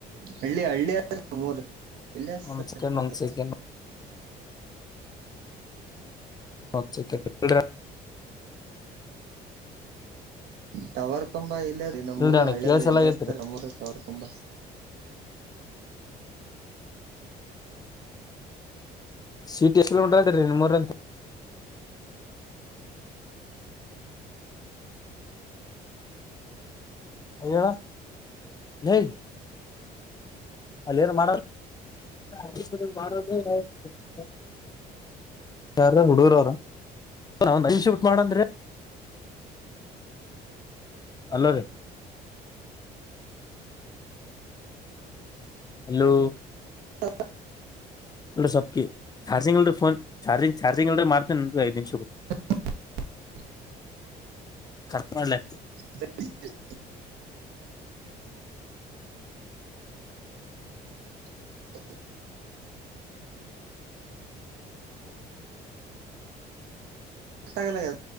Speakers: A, on the right; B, on the left.
A: ಹಳ್ಳಿ ಹಳ್ಳಿ ನಮ್ಮೂರ್ ಇಲ್ಲೇ.
B: ಒಂದ್
A: <unintelligible>
B: ಸೆಕೆಂಡ್ ಒಂದ್ ಸೆಕೆಂಡ್ ಒಂದ್ ಸೆಕೆಂಡ್. <unintelligible>
A: ಟವರ್ ಕಂಬ ಇಲ್ಲದೆ ನಮ್ಮೂರು
B: ಇಲ್ರಿ ಅಣ್ಣ
A: ಹಳ್ಳದ್ರ
B: ಕೇಳಸಲ
A: ಇಲ್ಲತ
B: ಆಗೇತ್ರಿ
A: ಟವರ್ ಕಂಬ.
B: ಸಿಟಿ ಎಷ್ಟ ಕಿಲೋಮೀಟರ ಅದರಿ ನಿಮ್ಮೂರಿದಿಂದ. ಹೇಳ ಲೇ ಅಲ್ಲ ಏನೋ ಮಾಡ ಆ ಮಾಡಾರ <unintelligible> ಯಾರ ಹುಡುಗುರ ಹಾರ ಒಂದ ಐದ ನಿಮಿಷ ಬಿಟ್ಟ ಮಾಡಾಂನ್ರೀ. ಹಲೋ ರೀ. ಹಲೋ.
A: <unintelligible>
B: ಅಲ್ ಸೊಪ್ಕ ಚಾರ್ಜಿಂಗ ಇಲ್ರಿ ಫೋನ್ ಚಾರ್ಜಿ ಚಾರ್ಜಂಗ್ ಇಲ್ರಿ ಮಾಡ್ತೇನರೀ ಐದ ನಿಮಿಷ ಬಿಟ್ರಿ.
A: <inaudible>
B: ಕಟ ಮಾಡ್ಲೆ.
A: <unintelligible> <inaudible> ಕಟ ಅಗಲಗ್ಯಾದ.